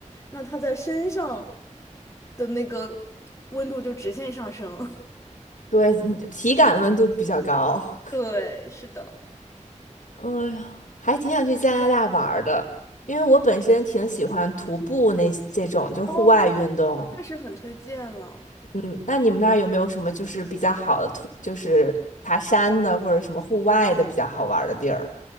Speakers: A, on the left (about 20°); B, on the left (about 80°).
A: 那它在身上的那个温度就直线上升。<laughs>
B: 对，你体感温度比较高。<laughs>
A: 对，是的，
B: 哎呀，还挺想去加拿大玩儿的，因为我本身挺喜欢徒步那这种，就是户外运动。
A: 哦，那是很推荐了。
B: 嗯，那你们那儿有没有什么就是比较好的徒，就是爬山的或者什么户外的比较好玩儿的地儿？